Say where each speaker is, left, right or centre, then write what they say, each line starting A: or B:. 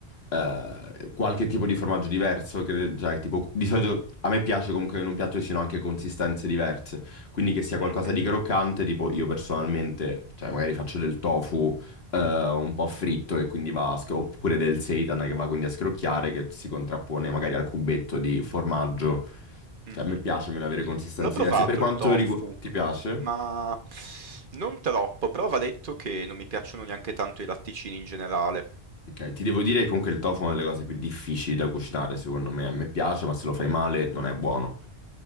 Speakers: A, on the left (about 75°); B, on the right (about 55°).
A: eh, qualche tipo di formaggio diverso, che, cioè, tipo, di solito a me piace comunque che in un piatto ci siano anche consistenze diverse, quindi che sia qualcosa
B: Mhm.
A: di croccante, tipo io personalmente, cioè magari faccio del tofu eh, un po' fritto e quindi va, a sc- oppure del seitan che va quindi a scrocchiare, che si contrappone magari al cubetto di formaggio,
B: Mh-mh.
A: cioè a me piace meno avere consistenze
B: L'ho provato
A: diverse, per quanto
B: il tofu,
A: riguarda... ti piace?
B: ma non troppo, però va detto che non mi piacciono neanche tanto i latticini in generale.
A: Ok, ti devo dire che comunque il tofu è una delle cose più difficili da cucinare, secondo me. A me piace, ma se lo fai male non è buono.